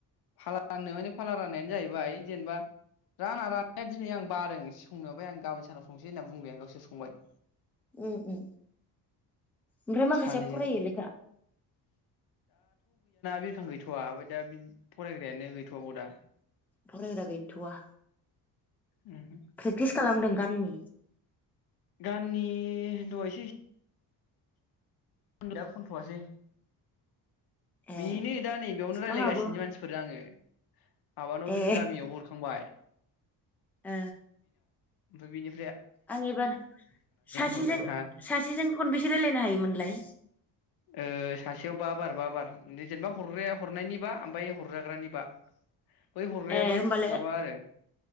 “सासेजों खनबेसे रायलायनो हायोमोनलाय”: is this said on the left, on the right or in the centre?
Centre